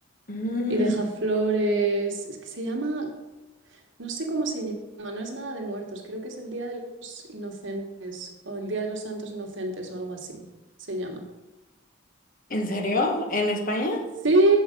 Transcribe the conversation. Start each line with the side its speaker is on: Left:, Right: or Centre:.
Left: Mm,
Right: y deja flores. Es que se llama, No sé cómo se llama, no es nada de muertos, creo que es el Día de los Inocentes o el Día de los Santos Inocentes o algo así se llama.
Left: ¿En serio? ¿En España?
Right: Sí,